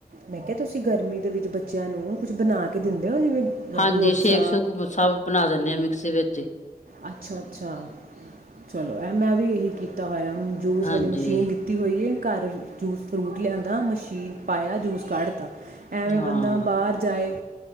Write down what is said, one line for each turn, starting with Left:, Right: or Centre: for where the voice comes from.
Right: ਮੈਂ ਕਿਹਾ, ਤੁਸੀਂ ਗਰਮੀ ਦੇ ਵਿੱਚ ਬੱਚਿਆਂ ਨੂੰ, ਕੁਛ ਬਣਾ ਕੇ ਦਿੰਦੇ ਹੋ, ਜਿਵੇਂ
Left: ਹਾਂਜੀ
Right: ਰੂ ਅਫਜ਼ਾ
Left: ਸ਼ੇਕ ਸ਼ੂਕ ਸਭ ਬਣਾ ਦਿੰਨੇ ਹਾਂ ਮਿਕਸੀ ਵਿੱਚ ਈ।
Right: ਅੱਛਾ- ਅੱਛਾ ਚਲੋ ਐ ਮੈਂ ਵੀ ਇਹੀ ਕੀਤਾ ਹੋਇਆ, ਜੂਸ
Left: ਹਾਂਜੀ
Right: ਵਾਲੀ ਮਸ਼ੀਨ ਲਿੱਤ ਤੀ ਹੋਈਏ ਘਰ ਜੂਸ ਫਰੂਟ ਲਿਆਂਦਾ ਮਸ਼ੀਨ ਪਾਇਆ ਜੂਸ ਕੱਢ ਦਿਤਾ। ਐਵੇਂ
Left: ਹਾਂ
Right: ਬੰਦਾ ਬਾਹਰ ਜਾਏ